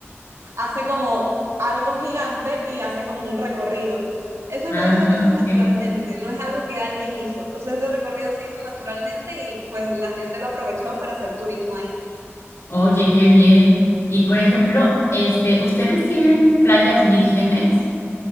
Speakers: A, on the right; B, on the left.
A: hace como algo gigante y hace como un recorrido. Eso
B: Ah,
A: lo hizo, eso es
B: ok.
A: naturalmente, no es algo que alguien hizo. O sea, ese recorrido se hizo naturalmente y pues la gente lo aprovechó para hacer turismo ahí.
B: Oye, qué bien. Y por ejemplo, este, ¿ustedes tienen playas vírgenes